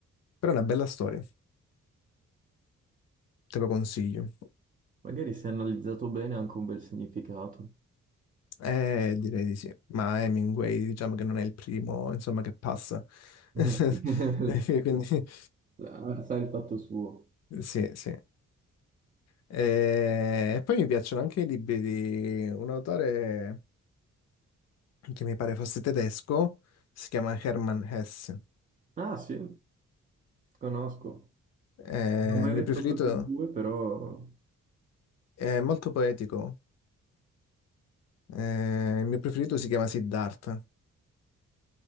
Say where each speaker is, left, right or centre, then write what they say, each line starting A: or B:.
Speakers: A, on the left; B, on the right.
A: Però è una bella storia, te lo consiglio.
B: Magari se analizzato bene ha anche un bel significato.
A: Eh, direi di sì. Ma Hemingway, diciamo che non è il primo, insomma, che passa. <laughs>
B: <laughs>
A: E Quindi... <laughs>
B: Sì. Ah, Sa il fatto suo.
A: Sì, sì. Eh, E poi mi piacciono anche i libri di un autore che mi pare fosse tedesco, si chiama Hermann Hesse.
B: Ah, sì. Conosco,
A: Eh,
B: non ho mai
A: il mio
B: letto
A: preferito
B: cose sue, però
A: è molto poetico. Eh, il mio preferito si chiama Siddhartha.